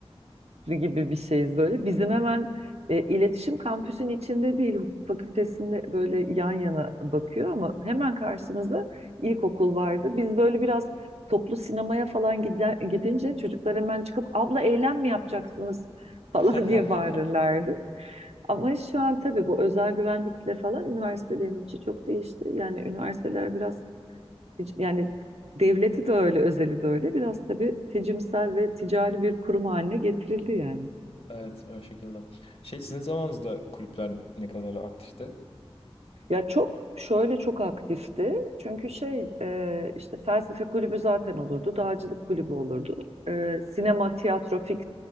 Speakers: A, on the right; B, on the left.
A: gibi bir şeyiz böyle. Bizim hemen e, iletişim kampüsün içinde değil, hukuk fakültesinde böyle yan yana bakıyor ama hemen karşımızda ilkokul vardı. Biz böyle biraz toplu sinemaya falan giden, gidince çocuklar hemen çıkıp abla eylem mi yapacaksınız <laughs> falan
B: <laughs>
A: diye bağırırlardı. Ama şu an tabii bu özel güvenlikle falan üniversitelerin içi çok değişti. Yani üniversiteler biraz yani devleti de öyle, özeli de öyle. Biraz tabii tecimsel ve ticari bir kurum haline getirildi yani.
B: Evet, o şekilde. Şey sizin zamanınızda kulüpler ne kadar aktifti?
A: Ya çok şöyle çok aktifti. Çünkü şey e, işte felsefe kulübü zaten olurdu. Dağcılık kulübü olurdu. E, sinema, tiyatro fix.